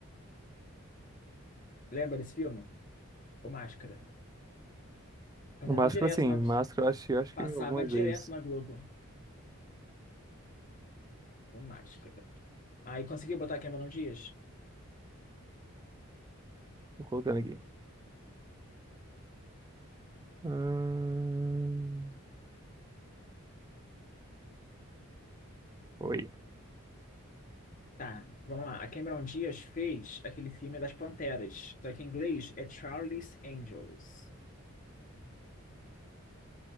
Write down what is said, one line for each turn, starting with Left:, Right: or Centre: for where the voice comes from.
Left: Lembra desse filme? O Máscara. Passava
Right: Máscara,
Left: direto
Right: sim.
Left: na,
Right: Máscara, eu acho, eu acho
Left: passava
Right: que algumas
Left: direto
Right: vezes.
Left: na Globo, o Máscara. Aí conseguiu botar a Cameron Diaz?
Right: Tô colocando aqui. Ahn, Foi.
Left: Tá, vamos lá. A Cameron Diaz fez aquele filme das Panteras, só que em inglês é Charlie's Angels.